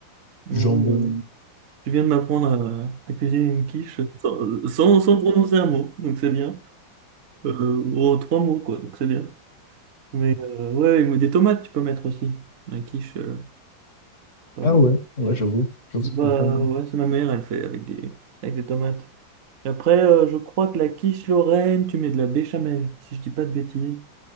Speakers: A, on the right; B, on the left.
A: Ouais,
B: du jambon.
A: ouais. Tu viens de m'apprendre à, à cuisiner une quiche sans, sans, sans prononcer un mot, donc c'est bien. Euh, oh, trois mots, quoi, donc c'est bien. Mais euh, ouais, ou des tomates, tu peux mettre aussi. La quiche. euh, euh,
B: Ah ouais, ouais,
A: euh,
B: j'avoue. J'avoue,
A: bah,
B: ça peut être pas mal.
A: ouais, c'est ma mère, elle fait avec des, avec des tomates. Et après, euh, je crois que la quiche Lorraine, tu mets de la béchamel, si je dis pas de bêtises.